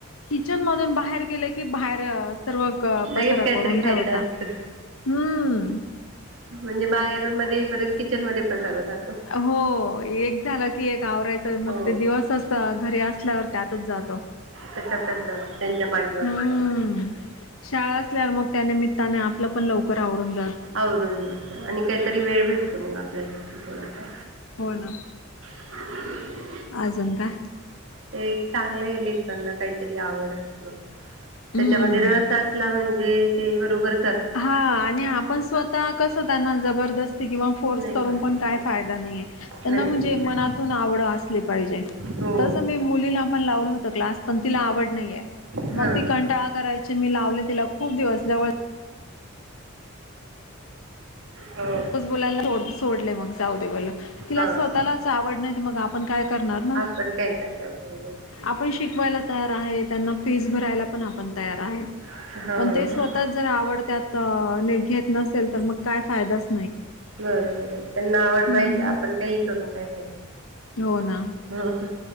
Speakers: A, on the left (about 75°); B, on the right (about 65°).
A: किचन मधून बाहेर गेले की बाहेरच असतात. सर्व पसारा
B: लगेच काहीतरी
A: करून ठेवता.
B: खायचं असतं
A: हम्म
B: म्हणजे बाहेरून मध्ये येईपर्यंत किचन मध्ये पसारा राहतो
A: हो एक झालं की एक आवरायचं
B: हो
A: मग ते दिवसच घरी असल्यावर त्यातच जाधव
B: त्याच्यातच जातो. त्यांच्या मागे मागे
A: हम्म
B: करण्यात
A: शाळा असल्यावर मग त्या निमित्ताने आपलं पण लवकर आवरते.
B: आवरून जा आणि काहीतरी वेळ भेटतो मग आपल्याला पण थोडासा
A: हो ना
B: <inaudible>
A: अजून काय?
B: ते एक चांगलं लेकरांना काहीतरी आवड असल
A: हम्म
B: त्याच्यामध्ये रस असला म्हणजे ते बरोबर
A: हा आणि आपण स्वतः कस त्यांना जबरदस्ती किंवा फोर्स
B: नाही
A: करून
B: करू
A: पण
B: शकत
A: काय फायदा नाहीे त्यांना
B: नाही
A: म्हणजे
B: नाही
A: मनातून आवड असली पाहिजे.
B: हो
A: तस मी मुलीला पण लावलं होत क्लास पण तिला आवड नाहीये.
B: हां
A: मग ती कंटाळा करायची. मी लावले तिला खूप दिवस जवळ
B: हो
A: रोज बोलायला सोडले. मग जाऊ दे म्हणलं तिला
B: हां
A: स्वतःलाच आवड नाही मग आपण काय करणार ना.
B: आपण काय करणार बरोबर
A: आपण शिकवायला तयार आहे. त्यांना फीस भरायला पण आप- तयार आहे.
B: हां
A: पण ते स्वतः जर आवड त्यात घेत नसेल तर मग काय फायदाच नाही.
B: बरोबर त्यांना आवड
A: हम्म
B: पाहिजे. आपण काही करून काय फायदा
A: हो ना
B: ह ह